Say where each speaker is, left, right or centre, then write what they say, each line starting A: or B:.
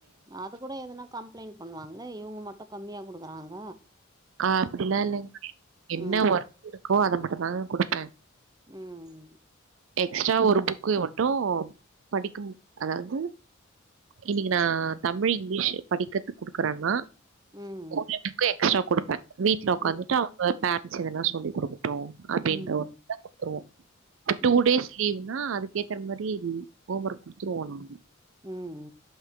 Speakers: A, on the right; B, on the right.
A: அது கூட எதனா கம்ப்ளைண்ட் பண்ணுவாங்கள இவங்க மட்டு கம்மியா குடுக்கிறாங்க
B: ஆ அப்படிலா இல்லைங்க என்ன
A: ம்
B: ஒர்க் இருக்கோ அத மட்டுந்தாங்க குடுப்பே
A: ம்
B: எக்ஸ்ட்ரா ஒரு புக்கை மட்டு படிக்கும் அதாவது இன்னைக்கு நா தமிழ் இங்கிலிஷ் படிக்கிறதுக்கு குடுக்குறேன்னா
A: ம்
B: ஹோம் ஒர்க்கு எக்ஸ்ட்ரா குடுப்பே வீட்ல உக்காந்துட்டு
A: ம்
B: அவ அதா பேரண்ட்ஸ் எதனா சொல்லி குடுக்கட்டு அப்டின்ற
A: ம்
B: ஒரு <inaudible> குடுத்துருவோ இப்ப
A: ம்
B: டூ டேஸ் லீவ்னா அதுக்கேத்தற மாரி ஹோம் ஒர்க் குடுத்துருவோ நாங்
A: ம்